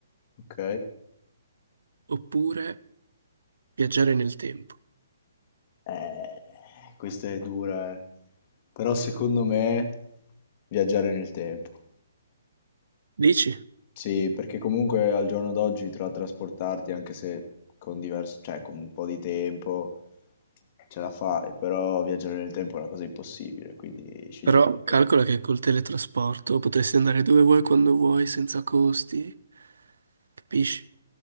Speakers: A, on the left; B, on the right.
A: ok.
B: oppure viaggiare nel tempo?
A: Eh, questa è dura, eh. Però secondo me viaggiare nel tempo.
B: Dici?
A: Sì, perché comunque al giorno d'oggi tra trasportarti, anche se con diverso, cioè con un po' di tempo, ce la fai, però viaggiare nel tempo è una cosa impossibile, quindi scegliere
B: Però
A: quello.
B: calcola che col teletrasporto potresti andare dove vuoi, quando vuoi, senza costi, capisci?